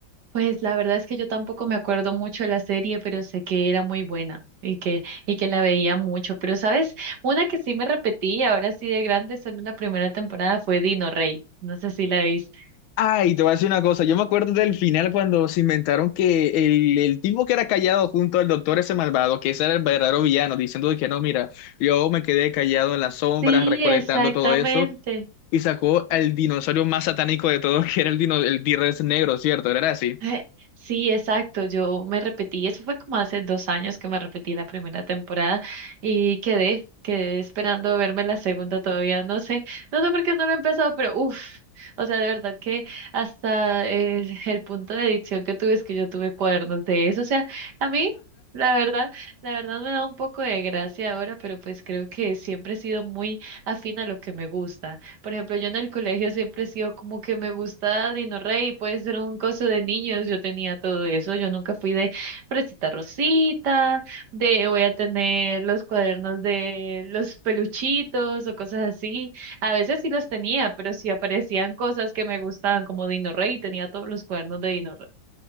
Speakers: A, on the right; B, on the left.
A: Pues la verdad es que yo tampoco me acuerdo mucho de la serie, pero sé que era muy buena y que, y que la veía mucho. Pero, ¿sabes? Una que sí me repetí, ahora sí de grande, solo en la primera temporada fue Dino Rey. No sé si la viste.
B: Ay, te voy a decir una cosa. Yo me acuerdo del final cuando se inventaron que el, el tipo que era callado junto al doctor ese malvado, que ese era el verdadero villano, diciendo de que no, mira, yo me quedé callado en las sombras
A: Sí,
B: recolectando
A: exactamente.
B: todo eso y sacó al dinosaurio más satánico de todos, <laughs> que era el, dino, el T-Rex negro, ¿cierto? Era así.
A: Eh, Sí, exacto. Yo me repetí, eso fue como hace dos años que me repetí la primera temporada y quedé, quedé esperando verme la segunda todavía. No sé, no sé por qué no lo he empezado, pero uff, o sea, de verdad que hasta el, el punto de adicción que tuve es que yo tuve cuadernos de eso. O sea, a mí, la verdad, la verdad me da un poco de gracia ahora, pero pues creo que siempre he sido muy afín a lo que me gusta. Por ejemplo, yo en el colegio siempre he sido como que me gusta Dino Rey, puede ser un coso de niños, yo tenía todo eso, yo nunca fui de Fresita Rosita, de voy a tener los cuadernos de los peluchitos o cosas así. A veces sí los tenía, pero sí aparecían cosas que me gustaban como Dino Rey, tenía todos los cuadernos de Dino Rey.